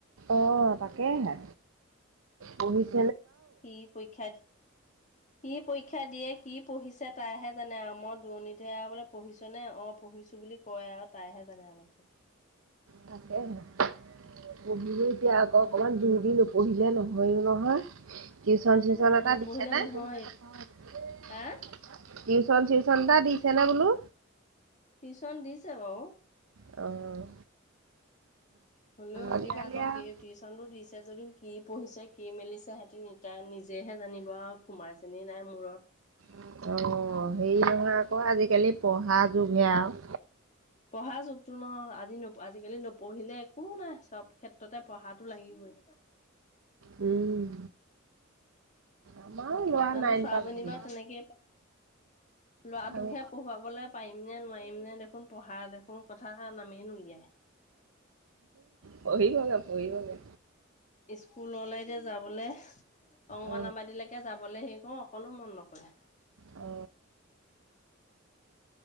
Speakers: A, on the right; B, on the left.
A: অ', তাকেহে অ- <unintelligible>
B: কি পৰীক্ষা, কি পৰীক্ষা দিয়ে, কি পঢ়িছে? তাইহে জানে আ। মই দূৰণিত। <unintelligible> আৰু বোলে পঢ়িছ নে? অ', পঢ়িছো বুলি কয় আৰু তাইহে জানে কি?
A: তাকেহে। পঢ়িলেও এতিয়া অকমান জোৰ দি নপঢ়িলে নহয়, নহয়। টিউচন চিউচন
B: উম
A: এটা
B: নপঢ়িলে
A: দিছে নে?
B: নহয়
A: <unintelligible>
B: হা
A: টিউচন চিউচন এটা দিছে নে? বোলো।
B: টিউচন দিছে বাৰু।
A: অ'।
B: হলেও, এতিয়া
A: আজিকালি
B: আকৌ
A: আৰু
B: কি টিউচন টো দিছে যদিও। কি পঢ়িছে, কি মেলিছে। সিহঁতি তাই নিজেহে জানিব আৰু সোমাইচে নে নাই মূৰত।
A: অ'।, হেৰি নহয় আকৌ আজিকালি পঢ়া যুগহে আও।
B: পঢ়া যুগতো ন আজি ন <unintelligible> আজিকালি নপঢ়িলে একো নাই চব ক্ষেত্ৰতে পঢ়া টো লাগিবই।
A: উম। আমাৰ ল'ৰা
B: আমাৰ
A: নাইন
B: ছোৱা
A: পালেহি
B: <unintelligible> জনী বাাৰু তেনেকে প- <unintelligible> লৰাটোকহে
A: আৰু
B: পঢ়োৱা বলে পাৰিম নে নোৱাৰিম নে দেখোন পঢ়া দেখোন কথা নামে নোলিয়াই
A: পঢ়িবগে পঢ়িবগে
B: স্কুল ললে যাবলৈ অংগনাবাদীলৈকে
A: অ'।
B: যাবলে সি কওঁ অকনো মন নকৰে
A: অ